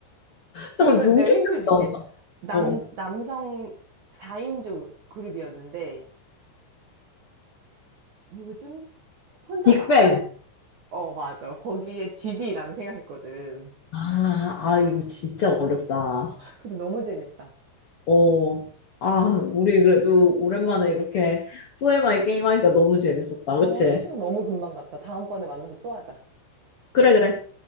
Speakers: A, on the left (about 45°); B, on the right (about 55°).
A: 잠깐만,
B: 그러면
A: 요즘에도
B: 내가 힌트를 줄게.
A: 나온다.
B: 남,
A: 어,
B: 남성 4인조 그룹이었는데, 요즘 혼자
A: 빅뱅.
B: 나와. 어, 맞아. 거기에 GD라는 생각했거든.
A: 아, 아, 이거 진짜 어렵다.
B: 근데 너무 재밌다.
A: 어, 아, 우리 그래도 오랜만에 이렇게 후에 마이 게임 하니까 너무 재밌었다.
B: 어,
A: 그치?
B: 시간 너무 금방 갔다. 다음번에 만나서 또 하자.
A: 그래, 그래.